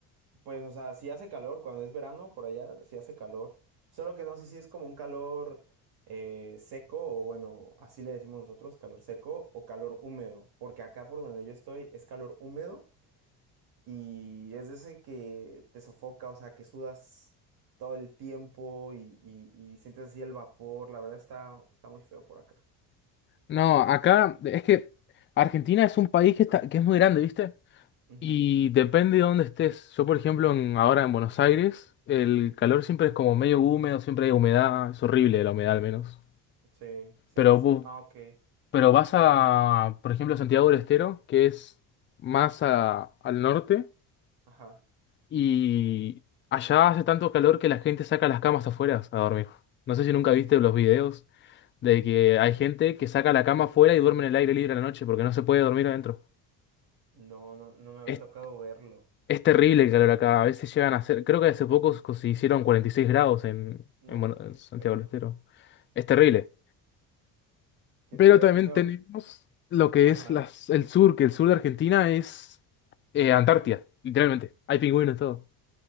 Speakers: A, on the right; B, on the left.
A: Pues, o sea, sí hace calor cuando es verano por allá, sí hace calor. Solo que no sé si es como un calor eh, seco o bueno, así le decimos nosotros, calor seco o calor húmedo. Porque acá por donde yo estoy es calor húmedo y es de ese que te sofoca, o sea, que sudas todo el tiempo y, y- y sientes así el vapor. La verdad está, está muy feo por acá.
B: No, acá es que Argentina es un país que, está, que es muy grande, ¿viste?
A: Ujú,
B: Y depende de dónde estés. Yo, por ejemplo, en- ahora en Buenos Aires, el
A: ujú.
B: calor siempre es como medio húmedo, siempre hay humedad, es horrible la humedad al menos.
A: Sí, sí,
B: Pero,
A: sí, sí.
B: vo-
A: Ah, ok.
B: pero vas a, por ejemplo, Santiago del Estero, que es más a- al norte,
A: Ajá.
B: y allá hace tanto calor que la gente saca las camas afuera a dormir. No sé si
A: Ay,
B: nunca
A: sí.
B: viste los videos de que hay gente que saca la cama afuera y duerme en el aire libre a la noche porque no se puede dormir adentro.
A: No, no, no me había
B: Es,
A: tocado verlo.
B: es terrible el calor acá. A veces llegan a ser, creo que hace poco se se hicieron 46 grados en,
A: No,
B: en, Buenos- en
A: qué
B: Santiago
A: feo.
B: del Estero. Es terrible.
A: Qué
B: Pero
A: feo,
B: también
A: qué feo.
B: tenemos lo que
A: Ajá.
B: es las, el sur, que el sur de Argentina es eh, Antártida, literalmente. Hay pingüinos y todo.